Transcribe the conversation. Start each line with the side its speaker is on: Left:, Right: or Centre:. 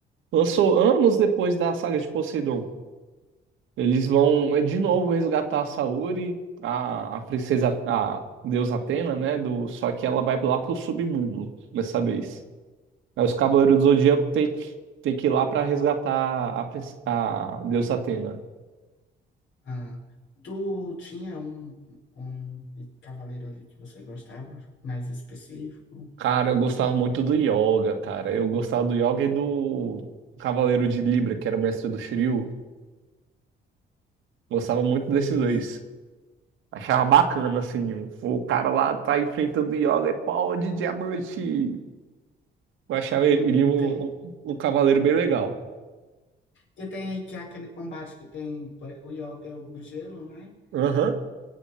Right: lançou anos depois da saga de Poseidon. Eles vão eh, de novo resgatar a Saori, a, a princesa, a deusa Atena, né? Do, só que ela vai lá pro submundo dessa vez. Aí os Cavaleiros do Zodíaco tem, tem que ir lá pra resgatar a, princ- a deusa Atena.
Left: Ah, tu tinha um, um cavaleiro ali que você gostava, mais específico?
Right: Cara, eu gostava muito do Yoga, cara. Eu gostava do Yoga e do Cavaleiro de Libra, que era o mestre do Shiryu. Gostava muito desses
Left: Seis.
Right: dois. Achava bacana, assim. O cara lá tá enfrentando o Yoga, é pau de diamante. Eu achava
Left: Sim,
Right: ele um,
Left: tem.
Right: um, um cavaleiro bem legal.
Left: Que tem que é aquele combate que tem por- o Yoga é o do gelo, né?
Right: Aham.